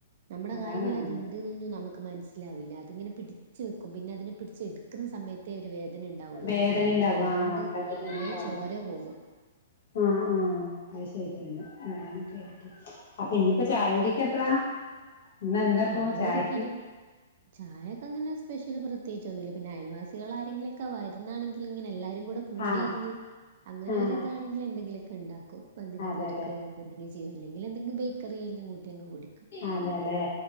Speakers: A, on the right; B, on the left.
A: നമ്മ്ടെ
B: അതാണ്
A: കാല്മല്
B: ഒന്നാമത്
A: അത് ഇണ്ട്ന്നൊന്നും നമുക്ക്. മനസ്സിലാവില്ല അതിങ്ങനെ പിടിച്ചു നിക്കും പിന്നെ അതിനെ പിടിച്ച് എടുക്കുന്ന സമയത്ത്. ത്തേ ഒരു വേദന ഇണ്ടാവുള്ളൂ
B: വേദന ഉണ്ടാവും
A: അല്ലാണ്ട് ആഹ്
B: <unintelligible>
A: കൊറേ ചോര പോവും
B: ആഹ് ആഹ് അത് ശരിയാണ് അങ്ങനെയൊക്കെ ആയിരിക്കും അപ്പൊ ഇന്നിപ്പോ ചായ
A: ഉം
B: കുടി ഒക്കെ എപ്പളാ ഇന്ന് എന്താപ്പോ
A: ചായ
B: ചായക്ക്
A: കുടിക്കാന് ചായക്കങ്ങനെ സ്‌പെഷൽ പ്രത്യേകിച്ച് ഒന്നുല്ല പിന്നെ അയൽവാസികൾ ആരെങ്കിലൊക്കെ വരുന്നാണെങ്കിൽ ഇങ്ങനെ എല്ലാരും കുടു കൂടിയിരുന്ന്
B: ആഹ്
A: അങ്ങനൊരിതാണെങ്കിൽ
B: ആഹ്
A: എന്തെങ്കിലുമൊക്കെ ഉണ്ടാക്കും എന്തെങ്കിലും
B: അതെല്ലേ
A: പൊരിക്കോ അങ്ങ എന്തെങ്കിലും ചെയ്യും അല്ലെങ്കിൽ എന്തെങ്കിലും ബേക്കറി എല്ലാം കൂട്ടി അങ്ങ് കുടിക്കും
B: അതെല്ലേ